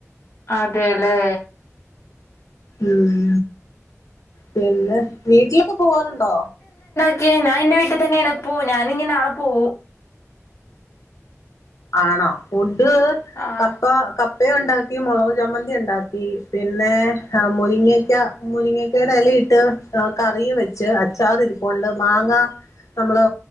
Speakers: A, on the left (about 55°); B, on the left (about 80°).
A: അതെല്ലേ
B: ഉം പിന്നെ വീട്ടിലൊക്കെ പോവാറുണ്ടോ?
A: ഞാന്റെ വീട്ടിൽ തന്നെണ് പ്പൊ ഞാന്ഞ്ഞി നാളെ പോവു.
B: ആണോ ഫുഡ്
A: ആഹ്
B: കപ്പ കപ്പയയും ഉണ്ടാക്കി മുളക് ചമ്മന്തി ഉണ്ടാക്കി. പിന്നെ മുരിങ്ങക്ക മുരിങ്ങക്കയുടെ ഇലയിട്ട് കറി വെച്ച് അച്ചാറി ഇരിപ്പണ്ട് മാങ്ങ നമ്മള്